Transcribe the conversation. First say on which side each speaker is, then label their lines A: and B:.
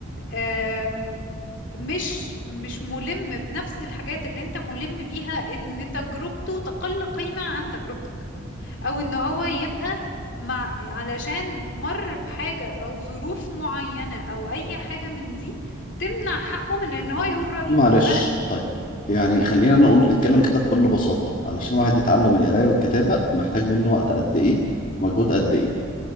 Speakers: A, on the left; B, on the left.
A: آم، مش مش ملم بنفس الحاجات اللي انت ملم بيها ان تجربته تقل قيمة عن تجربتك او ان هو يبقى مع علشان مر بحاجة او ظروف معينة او اي حاجة من دي تمنع حقه من ان هو يقول رأيه
B: معلش
A: في البلد
B: طيب يعني خلينا نقول نتكلم كده بكل بساطه علشان
A: مم.
B: واحد يتعلم القرايه والكتابه محتاج منه وقت قد ايه مجهود قد ايه